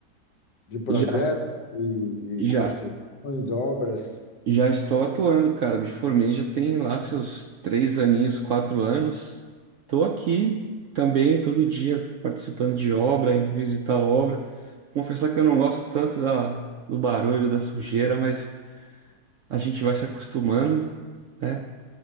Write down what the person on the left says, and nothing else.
de projetos
e,
e construções, obras?